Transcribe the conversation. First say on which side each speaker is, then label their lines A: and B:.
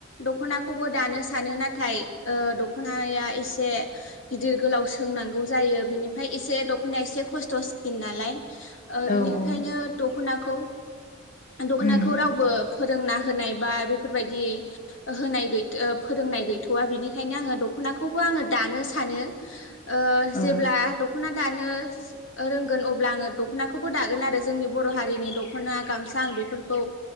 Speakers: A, on the left (about 70°); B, on the left (about 40°).
A: दख'नाखौबो दानो सानो ओ नाथाय दख'नाया एसे गिदिर गोलाव सोंनांगौ जायो बिनिफ्राय एसे दख'नाया एसे खस्थ'सिन नालाय ओ
B: औ
A: बिनिखायनो
B: औ
A: दख'नाखौ दख'नाखौ
B: उम
A: रावबो फोरोंना होनायबा बेफोरबायदि होनायगैथ ओ फोरोंनाय गैथ'वा बिनिखायनो आंङो दख'नाखौबो आंङो दानो सानो <inaudible> ओ जेब्ला
B: औ
A: दख'ना दानो रोंगोन अब्ला आंङो दख'नाखौबो दागोन आरो जोंनि बर' हारिनि दख'ना गामसा आं बेफोरखौ।